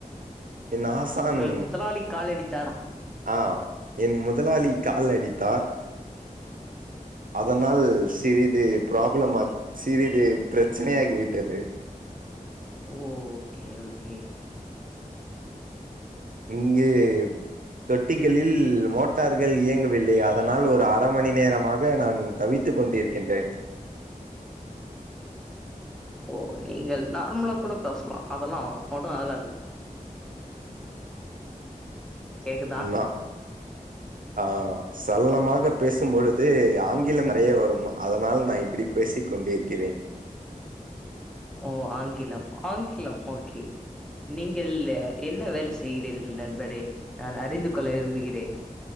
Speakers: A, on the right; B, in the centre.
A: என் ஆசான்
B: உங்கள் முதலாளி கால் அடி தாரா
A: ஆ என் முதலாளி கால் அடித்தார் அதனால் சிறி து ப்ராப்ளம் ஆகி சிறிது பிரச்சனையாகி விட்டது
B: ஓகே ஓகே
A: இங்கே தொட் தொட்டிகளில் மோட்டார்கள் இயங்கவில்லை அதனால் ஒரு அர மணி நேரமாக நான் தவித்து கொண்டிருக்கின்றேன்
B: ஓ நீங்கள் நார்மலா கூட பேசலாம் அதெல்லாம் ஒன்னு ஆகாது கேக்குதா
A: ந ஆ சரலமாக பேசும்பொழுது ஆங்கிலம் நெறைய வரும் அதனால் நா இப்படி பேசிக் கொண்டிருக்கிறேன்
B: ஓ ஆங்கிலம் ஆங்கிலம் ஓகே நீங்கள் என்ன வேலை செய்கிறீர்கள் நண்பரே நான் அறிந்து கொள்ள விரும்புகிறேன்